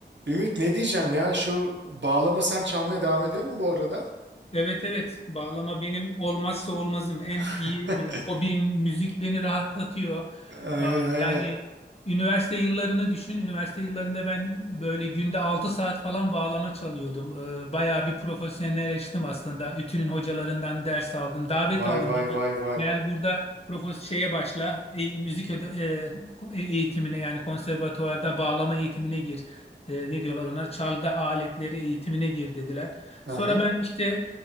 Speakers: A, on the right; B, on the left.
A: Ümit ne diyeceğim ya şu bağlama sen çalmaya devam ediyor mu bu arada?
B: Evet evet bağlama benim olmazsa olmazım en
A: <laughs>
B: iyi e, hobim müzik beni rahatlatıyor.
A: Aynen
B: Aa,
A: aynen.
B: yani üniversite yıllarını düşün. Üniversite yıllarında ben böyle günde 6 saat falan bağlama çalıyordum. Ee, bayağı bir profesyonelleştim aslında. Ütü'nün hocalarından ders aldım. Davet
A: Vay
B: aldım.
A: vay
B: Gel,
A: vay vay.
B: gel burada profes şeye başla. E, müzik öde- e, eğitimine yani konservatuvarda bağlama eğitimine gir. E, ne diyorlar onlar? Çalgı aletleri eğitimine gir dediler.
A: Aha.
B: Sonra ben işte